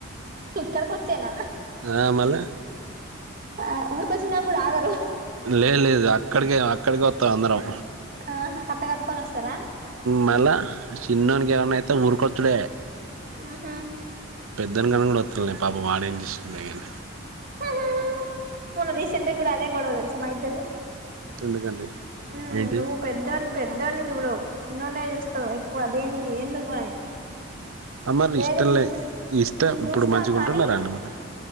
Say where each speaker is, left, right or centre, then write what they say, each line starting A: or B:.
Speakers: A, on the right; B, on the right.
A: ఇక్కడికి వచ్చానా
B: ఆ మల
A: ఆ ఉఊర్కో చినంగ్ కూడా ఆగరు
B: లేదు లేదు అక్కడికి అక్కడికి వస్తాం అందరం
A: ఆ కట్టా కట్కొ వస్తారా
B: మళ చిన్నని గవన్నాతే ఉఊర్కుతుడ
A: ఆహా
B: పెద్దన్న కూడా ఒత్తలే పాపం వాడేం చేసిండో కానీ
A: ఉహూ మొన్న రీసెంట్ గా కూడా అదే గొడవ తెలుసా మా ఇద్దరిది
B: ఎందుకండి
A: ఉమ్
B: ఏంటి
A: నువ్వు పెద్దోన్ని పెద్దొన్ని చూడవు చిన్నొన్నే చూస్తావు ఎక్కువ దేనికి ఎందుకు అని
B: మరి
A: లేదు
B: ఇష్టంలే
A: నేను చూస్
B: ఇష్టం
A: నేను
B: ఇప్పుడు
A: చూస్తా
B: మంచిగా
A: కానీ
B: ఉంటున్నారా అండి మరి